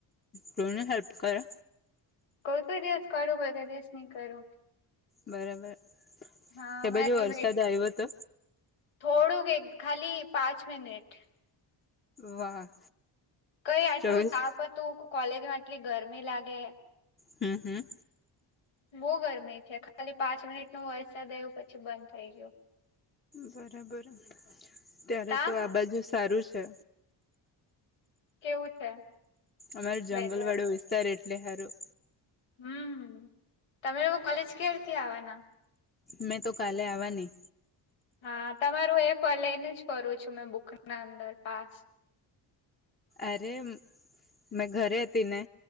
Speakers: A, on the left; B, on the left.
A: તું એને હેલ્પ કરે.
B: કોઈ કોઈ દિવસ કરું કોઈ કઈ દિવસ નહી કરું.
A: બરાબર
B: હા
A: તે
B: મે
A: બાજુ વરસાદ આયવો તો.
B: થોડુંક એક ખાલી પાંચ મિનિટ.
A: વાહ.
B: કઈ આટલું
A: ચોવીસ
B: તાપ હતું કોલેજમાં આટલી ગરમી લાગે.
A: હમ્મ હમ્મ.
B: બહુ ગરમી છે ખાલી પાંચ મિનિટ નું વરસાદ આયુ પછી બંધ થઇ ગયું.
A: બરાબર ત્યારે
B: તા
A: તો આ બાજુ સારું છે.
B: કેવું છે?
A: અમાર જંગલ
B: વેધર
A: વાડો વિસ્તાર એટલે હારું
B: હમ્મ તમે લોક કોલેજ કેરથી આવાના.
A: મેં તો કાલે આવાની.
B: હા તમારું એ પ લઈને જ ફરું છું મેં બુક ના અંદર પાસ.
A: અરે મેં ઘરે હતી ને